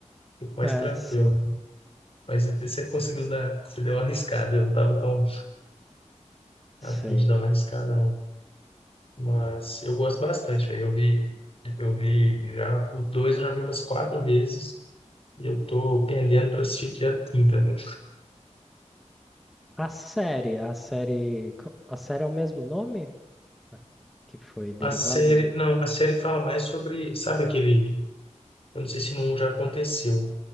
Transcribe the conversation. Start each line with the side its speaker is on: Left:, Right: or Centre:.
Left: um pouco mais
Centre: É,
Left: tranquilo,
Centre: sim,
Left: né? Mas você conseguiu dar. Você deu uma arriscada. Eu não tava tão afim
Centre: sim.
Left: de dar uma arriscada, não. Mas eu gosto bastante, velho. Eu vi. Eu vi já. O dois eu já vi umas quatro vezes. E eu tô pendendo para assistir que é a quinta, né?
Centre: A série, a série, co- a série é o mesmo nome? A Que foi derivada
Left: A série,
Centre: do.
Left: não, a série fala mais sobre, sabe aquele, eu não sei se não já aconteceu,